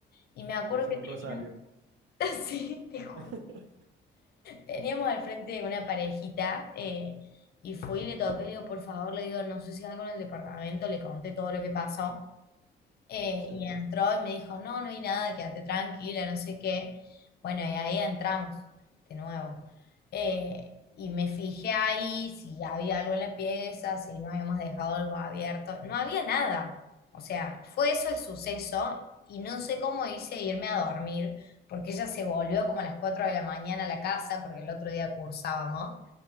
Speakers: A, on the left; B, on the right.
A: Y me acuerdo
B: Te eché
A: que
B: un
A: teníamos,
B: rosario.
A: <laughs> sí, te juro,
B: <laughs>
A: teníamos al frente una parejita, eh, y fui y le toqué, le digo, por favor, le digo, no sé si algo en el departamento, le conté todo lo que pasó. Eh,
B: sí,
A: y entró y me dijo, no, no hay nada, quédate tranquila, no sé qué. Bueno, y ahí entramos de nuevo. Eh, y me fijé ahí si había algo en la pieza, si no habíamos dejado algo abierto. No había nada. O sea, fue eso el suceso y no sé cómo hice irme a dormir, porque ella se volvió como a las 4 de la mañana a la casa, porque el otro día cursábamos.